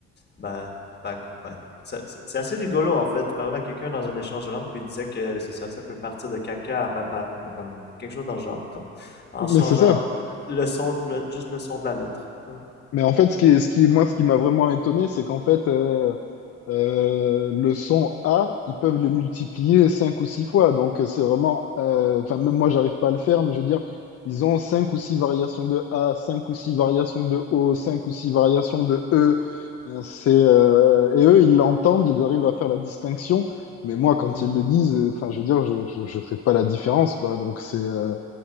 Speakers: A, on the left (about 35°); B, on the left (about 55°).
A: Ben, ben, ouais. C'est c'est assez rigolo en fait. Je parlais à quelqu'un dans un échange de langue, puis il disait que c'est ça, ça peut partir de caca à papa, ou comme quelque chose dans le genre, comme en
B: Mais
A: changeant
B: c'est ça.
A: le son, le- juste le son de la lettre. Ouais,
B: Mais en fait, ce qui, ce qui, moi, ce qui m'a vraiment étonné, c'est qu'en fait, euh, euh, le son A, ils peuvent le multiplier cinq ou six fois. Donc, c'est vraiment. euh, Enfin, même moi, j'arrive pas à le faire, mais je veux dire, ils ont cinq ou six variations de A, cinq ou six variations de O, cinq ou six variations de E. Euh, c'est, euh, et eux, ils l'entendent, ils arrivent à faire la distinction. Mais moi, quand
A: Mhm,
B: ils le disent, euh, enfin, je veux dire, je, je, je fais pas la différence, quoi. Donc, c'est. euh,